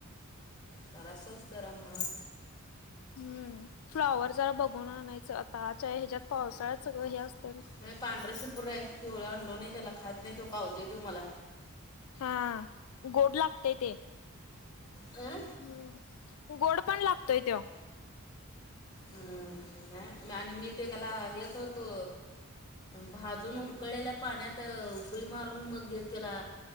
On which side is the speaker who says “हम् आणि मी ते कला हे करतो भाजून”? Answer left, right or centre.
Left